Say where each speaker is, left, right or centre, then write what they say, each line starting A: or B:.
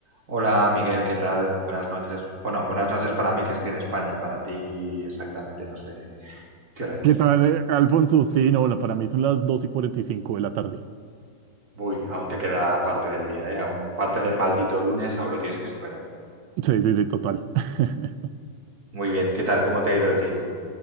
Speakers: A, on the right (about 50°); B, on the right (about 75°).
A: Hola Miguel, ¿qué tal? Buenas noches. Bueno, buenas noches para mí que estoy en España, para ti exactamente no sé <laughs> qué hora es.
B: ¿Qué tal, eh, Alfonso? Sí, no, la- para mí son las dos y 45 de la tarde.
A: Uy, aún te queda parte del día, ¿eh? Aún parte del maldito lunes, aún lo tienes que superar.
B: <laughs> Sí, sí, sí, total. <laughs>
A: Muy bien, ¿qué tal? ¿Cómo te ha ido el día?